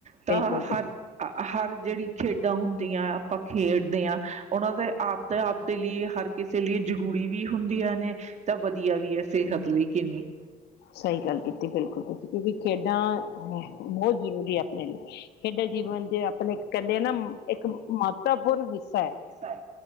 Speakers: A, on the right; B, on the left.
A: ਤਾਂ
B: ਬਿਲਕੁਲ ਬਿਲਕੁਲ
A: ਹਰ ਹਰ ਜਿਹੜੀ ਖੇਡਾਂ ਹੁੰਦੀਆਂ ਆਪਾਂ ਖੇਡਦੇ ਆ ਉਹਨਾਂ ਦੇ ਆਪਦੇ ਆਪਦੇ ਲਈ ਹਰ ਕਿਸੇ ਲਈ ਜ਼ਰੂਰੀ ਵੀ ਹੁੰਦੀਆਂ ਨੇ। ਤਾਂ ਵਧੀਆ ਵੀ ਆ ਸਿਹਤ ਲਈ ਕਿੰਨੀ।
B: ਸਹੀ ਗੱਲ ਕੀਤੀ ਬਿਲਕੁਲ ਬਿਲਕੁਲ ਕਿਉਂਕਿ ਖੇਡਾਂ ਬਹੁਤ ਜ਼ਰੂਰੀ ਆ ਆਪਣੇ ਲਈ। ਖੇਡਾਂ ਜੀਵਨ ਦੇ ਆਪਣੇ ਕਹਿੰਦੇ ਆ ਨਾ ਇੱਕ ਮਹੱਤਵਪੂਰਨ ਹਿੱਸਾ।
A: ਹਿੱਸਾ।